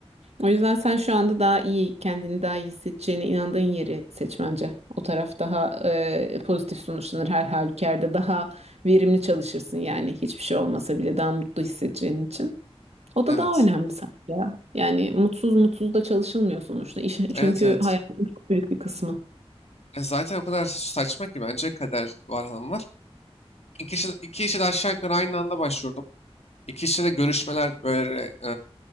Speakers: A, on the right (about 80°); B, on the left (about 80°).
A: O yüzden sen şu anda daha iyi, kendini daha iyi hissedeceğine inandığın yeri seç bence. O taraf daha e, pozitif sonuçlanır her halükarda. Daha verimli çalışırsın yani hiçbir şey olmasa bile daha mutlu hissedeceğin için. O
B: Evet.
A: da daha önemli sanki ya. Yani mutsuz mutsuz da çalışılmıyor sonuçta. İş,
B: Evet
A: çünkü
B: evet.
A: hayatın çok büyük bir kısmı.
B: E zaten o kadar saçma ki bence kader var hanım var. İki işe, iki işe de aşağı yukarı aynı anda başvurdum. İki işe de görüşmeler böyle